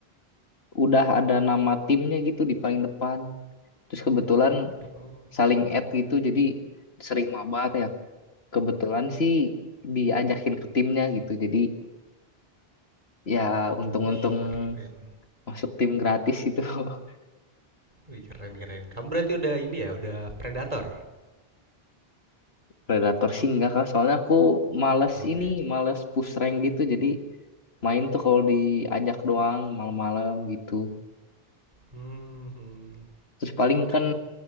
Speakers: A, on the left (about 80°); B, on the right (about 40°).
A: udah ada nama timnya gitu di paling depan. Terus kebetulan
B: oh
A: saling add gitu, jadi sering mabar ya kebetulan sih diajakin ke timnya gitu. Jadi ya untung-untung
B: wih keren
A: masuk tim gratis itu. <laughs>
B: wih keren keren kamu berarti udah ini ya udah Predator
A: Predator sih enggak kak, soalnya aku males
B: oh.
A: ini, males push rank gitu. Jadi main tuh kalau diajak doang malam-malam gitu.
B: <laughs> hmm
A: Terus paling kan